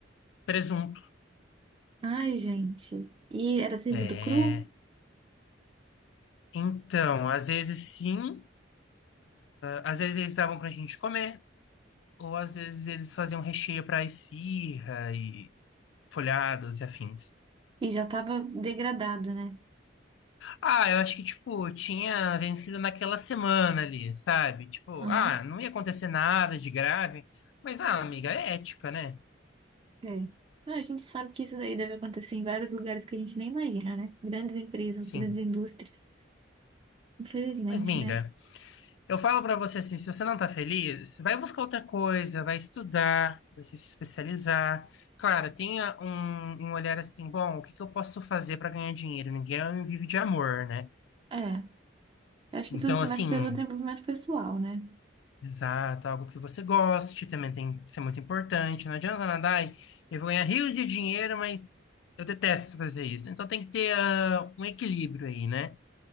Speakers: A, on the left; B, on the right.
A: Presunto.
B: Ai, gente. E era servido
A: É.
B: cru
A: Então, às vezes sim, às vezes eles davam pra gente comer. Ou às vezes eles faziam recheio para esfirra e folhados e afins.
B: e já estava degradado, né?
A: Ah, eu acho que, tipo, tinha vencido naquela semana ali, sabe? Tipo,
B: Aham.
A: ah, não ia acontecer nada de grave, mas, ah, amiga, é ética, né?
B: É. Não, A gente sabe que isso daí deve acontecer em vários lugares que a gente nem imagina, né? Grandes empresas,
A: Sim.
B: grandes indústrias. Infelizmente,
A: Mas, amiga,
B: né?
A: eu falo pra você assim, se você não tá feliz, vai buscar outra coisa, vai estudar, vai se especializar. Claro, tenha um, um olhar assim, bom, o que que eu posso fazer pra ganhar dinheiro? Ninguém vive de amor, né?
B: É. Eu acho
A: Então,
B: que tudo começa
A: assim,
B: pelo desenvolvimento pessoal, né?
A: Exato, algo que você goste também tem que ser muito importante. Não adianta nada, ai, eu vou ganhar rios de dinheiro, mas eu detesto fazer isso. Então tem que ter ah, um equilíbrio aí, né?